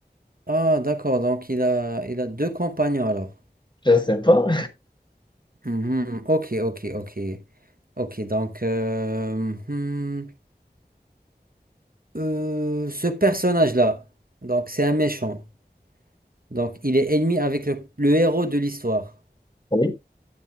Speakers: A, on the right (about 55°); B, on the left (about 25°).
A: Ah, d'accord. Donc, il a, il a deux compagnons alors.
B: Je sais pas.
A: Mhm. Ok, ok, ok. Ok, donc, euh, hmm, euh, ce personnage-là, donc, c'est un méchant. Donc, il est ennemi avec le, le héros de l'histoire.
B: Oui.